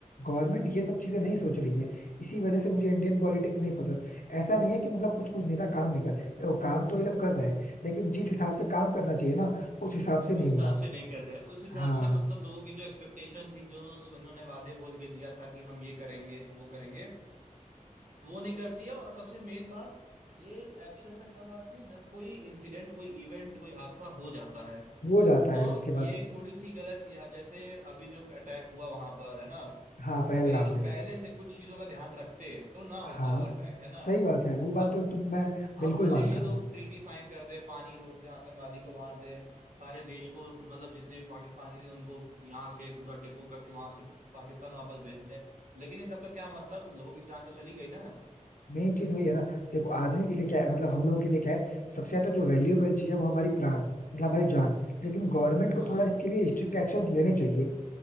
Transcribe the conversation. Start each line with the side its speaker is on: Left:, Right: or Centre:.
Left: गवर्नमेंट ये सब चीजें नहीं सोच रही है इसी वजह से मुझे इंडियन पॉलिटिक्स नहीं पसंद ऐसा नहीं है कि मतलब कुछ कुछ नेता काम नहीं कर रहे वो काम तो ये लोग कर रहे हैं लेकिन जिस हिसाब से काम करना चाहिए ना उस हिसाब से नहीं
Right: उस हिसाब
Left: हो रहा
Right: से नहीं कर रहे हैं उस हिसाब
Left: हाँ
Right: से मतलब लोगों की जो एक्सपेक्टेशन थी जो सुनो ने वादे बोल के दिया था कि हम ये करेंगे हम वो करेंगे वो नहीं करती है और सबसे मेन बात ये एक्शन में तब आती है जब कोई इंसिडेंट कोई इवेंट कोई हादसा हो जाता है
Left: हो जाता
Right: तो
Left: है उसके बाद
Right: ये एक थोड़ी सी गलत चीज है अब जैसे अभी जो अटैक हुआ वहां पर है ना
Left: हाँ पहलगाम
Right: अगर ये लोग
Left: में
Right: पहले से कुछ चीजों का ध्यान रखते तो ना होता
Left: हाँ
Right: वो अटैक है ना
Left: सही बात है वो बात
Right: अब
Left: तो एकदम मैं बिल्कुल
Right: अब भले
Left: मानता
Right: ये लोग
Left: हूँ
Right: ट्रीटी साइन कर दे पानी रोक दे आतंकवादी को मार दे सारे देश को मतलब जितने भी पाकिस्तानी थे उनको यहाँ से पूरा डिपो करके वहां से पाकिस्तान वापस भेज दे लेकिन इन सबका क्या मतलब लोगों की जान तो चली गई ना
Left: मेन चीज वही है ना देखो आदमी के लिए क्या है मतलब हम लोगों के लिए क्या है सबसे ज्यादा जो वैल्यूएबल चीज है वो हमारी प्राण मतलब हमारी जान लेकिन गवर्नमेंट को
Right: हाँ
Left: थोड़ा इसके लिए स्ट्रिक्ट एक्शन लेने चाहिए